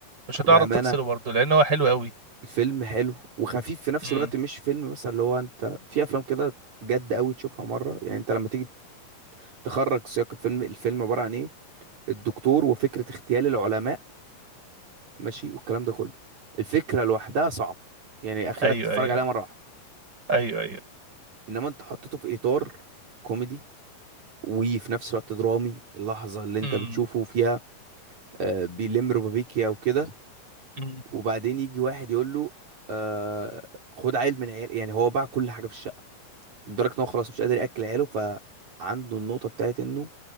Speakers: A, on the right; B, on the right.
A: مش هتعرف
B: بأمانة
A: تفصله برضو لان هو حلو قوي
B: الفيلم حلو وخفيف في نفس
A: امم
B: الوقت مش فيلم مثلا اللي هو انت في افلام كده جد قوي تشوفها مرة يعني انت لما تيجي تخرج سياق الفيلم الفيلم عبارة عن ايه الدكتور وفكرة اغتيال العلماء ماشي والكلام ده كله الفكرة لوحدها صعب يعني اخرك
A: ايوه
B: تتفرج
A: ايوه
B: عليها مرة واحدة
A: ايوه ايوه
B: انما انت حطيته في اطار كوميدي وفي نفس الوقت درامي اللحظة اللي انت
A: مم.
B: بتشوفه فيها آه، بيلم ربابيكيا وكده
A: مم.
B: وبعدين يجي واحد يقول له آه، خد عيل من عيال يعني هو باع كل حاجه في الشقه لدرجه ان هو خلاص مش قادر ياكل عياله فعنده النقطه بتاعت انه